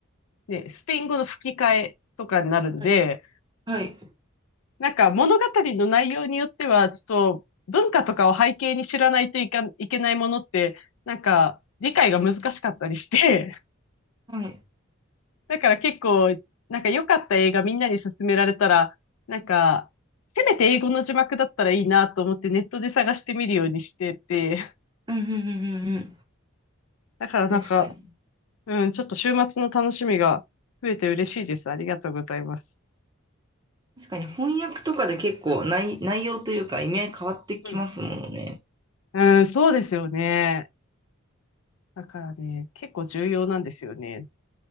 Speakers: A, on the left; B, on the right.
A: ね、スペイン語の吹き替えとかになるんで、
B: はい。はい。
A: なんか物語の内容によっては、ちょっと文化とかを背景に知らないといかいけないものって、なんか理解が難しかったりして、
B: はい。
A: <laughs> だから結構、なんか良かった映画みんなに勧められたら、なんか、せめて英語の字幕だったらいいなと思ってネットで探してみるようにしてて、
B: うんうんうんうんうん。
A: <laughs> だからなんか、
B: 確かに。
A: うん、ちょっと週末の楽しみが増えて嬉しいです。ありがとうございます。
B: 確かに翻訳とかで結構内、内容というか意味合い変わってきますものね。
A: うん、うん、そうですよね。だからね、結構重要なんですよね。